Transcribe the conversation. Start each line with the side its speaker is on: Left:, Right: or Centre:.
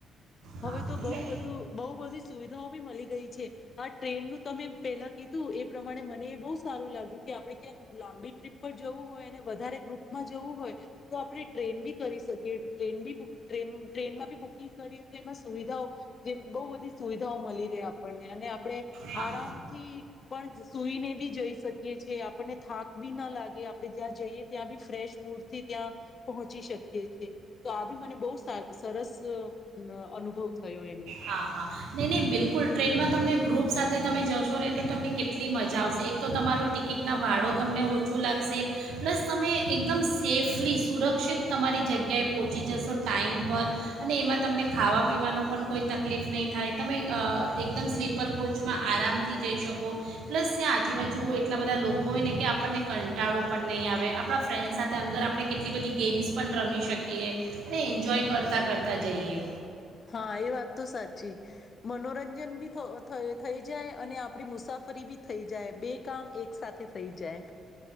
Right: હા
Left: હવે તો
Right: એટલે
Left: બો બધું બહુ બધી સુવિધાઓ ભી મળી ગઈ છે આ ટ્રેનનું તમે પેલા કીધું એ એ પ્રમાણે મને એ બહુ સારું લાગ્યું કે આપડણે ક્યાંક લાંબી ટ્રીપ પર જવું હોય અને વધારે ગ્રુપમાં જવું હોય તો આપણે ટ્રેન ભી કરી શકીએ ટ્રેન બુક ટ્રેન ટ્રેનમાં બુક <inaudible> એમાં સુવિધાઓ જે બો બધી સુવિધાઓ મલી રહે આપણને અને આપણે
Right: હા
Left: આરામથી પણ સુઈને ભી જઈ શકીએ છીએ આપણને થાક ભી ના લાગે આપડે જ્યા જઈએ ત્યાં ભી ફ્રેશ મૂડથી ત્યાં પહોંચી શકીએ છીએ તો આ ભી મને બો સરસ અ અનુભવ થયો એનો.
Right: હા હા નહી નહી બિલકુલ ટ્રેનમાં તમને ગ્રુપ સાથે તમે જશો ને તો તમને કે કેટલી મજા આવશે એક તો તમારું ટિકિટના ભાડો તમને ઓછું લાગશે પ્લસ તમે એકદમ સેફલી સુરક્ષિત તમારી જગ્યાએ પહોંચી જશો ટાઈમ પર અને એમાં તમને ખાવા પીવાનો પણ કોઈ તકલીફ નહીં થાય તમે અ એકદમ સ્લીપર કોચમાં આરામથી જઈ શકો પ્લસ ત્યાં આજુબાજુ એટલા બધા લોકો હોય ને કે આપણને કંટાળો પણ નહીં આવે આપણા ફ્રેન્ડ્સ સાથે અંદર આપણે કેટલી બધી ગેમ્સ પણ રમી શકીએ અને એન્જોય કરતાં કરતાં જઈએ
Left: હા એ વાત તો સાચી મનોરંજન ભી થ થ થઈ જાય અને આપડી મુસાફરી ભી થઈ જાય બે. કામ એક સાથે થઈ જાય.